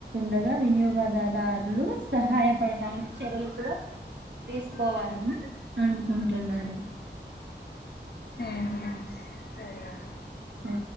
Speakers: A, on the right (about 70°); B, on the left (about 60°).
A: డగా వినియోగదారులు సహాయం పడటానికి చర్యలు కూడా తీసుకోవాల అనుకుంటున్నాను
B: ఉహు సరే అండి
A: ఆ